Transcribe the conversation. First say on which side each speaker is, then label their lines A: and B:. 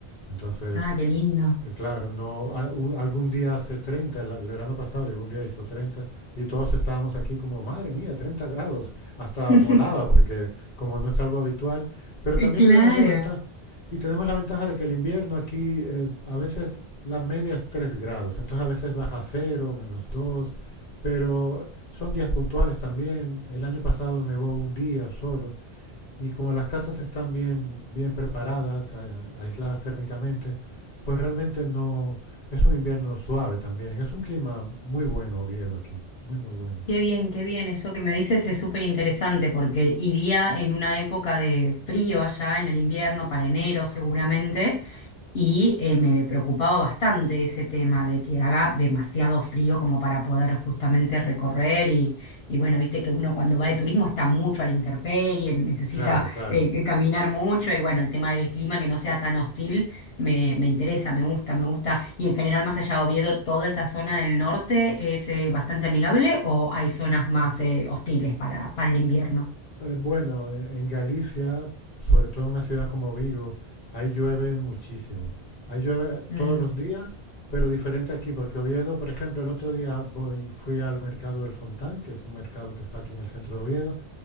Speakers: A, on the left (about 55°); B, on the left (about 75°).
A: entonces
B: Ah, qué lindo.
A: eh, Claro, no, a- un- algún día hace treinta el, el verano pasado, llegó un día hizo treinta y todos estábamos aquí como, madre mía, 30 grados, hasta
B: <laughs>
A: molaba porque como no es algo habitual, pero también
B: Claro.
A: tenemos la ventaja, y tenemos la ventaja de que el invierno aquí eh, a veces la media es 3 grados, entonces a veces baja cero, menos 2, pero son días puntuales también, el año pasado nevó un día solo, y como las casas están bien, bien preparadas, a- aisladas térmicamente, pues realmente no es un invierno suave también. Es un clima muy bueno, Oviedo, aquí. Muy, muy bueno.
B: Qué bien, qué bien. Eso que me dices es súper interesante porque iría en una época de frío allá en el invierno, para enero seguramente, y eh, me preocupaba bastante ese tema de que haga demasiado frío como para poder justamente recorrer y, y bueno, viste que uno cuando va de turismo está mucho a la intemperie, necesita
A: Claro, claro.
B: eh, caminar mucho y bueno, el tema del clima que no sea tan hostil me, me interesa, me gusta, me gusta. Y en general, más allá de Oviedo, toda esa zona del norte es eh, bastante amigable o hay zonas más eh, hostiles para, para el invierno.
A: Eh, bueno, eh, en Galicia, sobre todo en una ciudad como Vigo, ahí llueve muchísimo. Ahí llueve
B: Mm,
A: todos los días, pero diferente aquí, porque Oviedo, por ejemplo, el otro día voy, fui al mercado del Fontán, que es un mercado que está aquí en el centro de Oviedo,